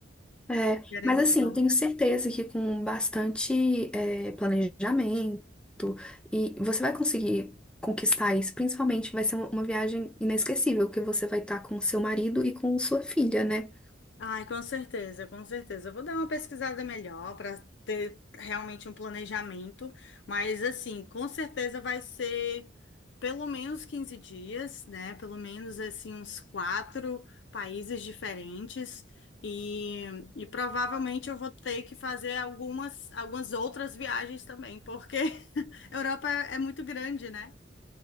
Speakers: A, in the centre; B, on the left.
A: É,
B: Querendo
A: mas assim,
B: ou não.
A: eu tenho certeza que com bastante é, planejamento e você vai conseguir conquistar isso, principalmente vai ser uma, uma viagem inesquecível, que você vai estar com seu marido e com sua filha, né?
B: Ai, com certeza, com certeza. Eu vou dar uma pesquisada melhor para ter realmente um planejamento, mas assim, com certeza vai ser pelo menos 15 dias, né? Pelo menos assim uns quatro países diferentes e, e provavelmente eu vou ter que fazer algumas algumas outras viagens também, porque <laughs> a Europa é é muito grande, né?